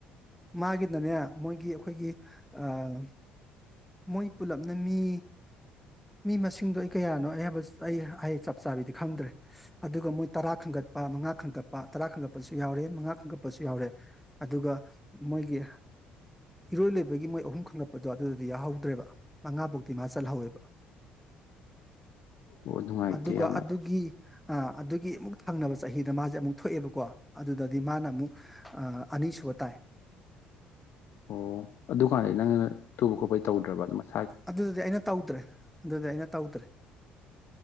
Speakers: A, in the centre; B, on the left (about 50°).
A: ꯃꯥꯒꯤꯅꯅꯦ ꯃꯣꯏꯒꯤ ꯈꯣꯏꯒꯤ ꯑꯥ ꯃꯣꯏ ꯄꯨꯂꯞꯅꯃꯤ ꯃꯤ ꯃꯁꯤꯡꯗꯣ ꯑꯩ ꯀꯌꯥꯅꯣ ꯑꯩꯍꯕ ꯑꯩ ꯍꯡ ꯆꯞ ꯆꯥꯕꯤꯗꯤ ꯈꯪꯗ꯭ꯔꯦ ꯑꯗꯨꯒ ꯃꯣꯏ ꯇꯔꯥ ꯈꯪꯒꯠ ꯄ ꯃꯉꯥ ꯈꯟꯒꯠꯄ ꯇꯔꯥ ꯈꯟꯒꯠꯄꯁꯨ ꯌꯥꯎꯔꯦ ꯃꯉꯥ ꯈꯟꯒꯠꯄꯁꯨ ꯌꯥꯎꯔꯦ ꯑꯗꯨꯒ ꯃꯣꯏꯒꯤ ꯏꯔꯣꯏ ꯂꯣꯏꯕꯒꯤ ꯃꯣꯏ ꯑꯍꯨꯝ ꯈꯪꯒꯠꯄꯗꯣ ꯑꯗꯨꯗꯨꯗꯤ ꯌꯥꯍꯧꯗ꯭ꯔꯦꯕ ꯃꯉꯥ ꯕꯧꯇꯤ ꯃꯥ ꯆꯜꯍꯧꯋꯦꯕ
B: ꯑꯣ ꯅꯨꯡꯉꯥꯏꯇꯦ
A: ꯑꯗꯨꯒ
B: ꯌꯥꯝꯅ
A: ꯑꯗꯨꯒꯤ ꯑꯥ ꯑꯗꯨꯒꯤ ꯃꯨꯛ ꯊꯪꯅꯕ ꯆꯍꯤꯗ ꯃꯥꯖꯦ ꯑꯃꯨꯛ ꯊꯣꯛꯑꯦꯕꯀꯣ ꯑꯗꯨꯗꯗꯤ ꯃꯥꯅ ꯃꯨꯛ ꯑꯅꯤꯁꯨꯕ ꯇꯥꯢ
B: ꯑꯣ ꯑꯗꯨ ꯀꯥꯟꯗꯗꯤ ꯅꯪꯅ ꯇꯨꯕ ꯈꯣꯠꯄꯩ ꯇꯧꯗ꯭ꯔꯕ ꯑꯗꯨꯃꯥꯏꯅ
A: ꯑꯗꯨꯗꯤ ꯑꯩꯅ ꯇꯧꯗ꯭ꯔꯦ ꯑꯗꯨꯗꯤ ꯑꯩꯅ ꯇꯧꯗ꯭ꯔꯦ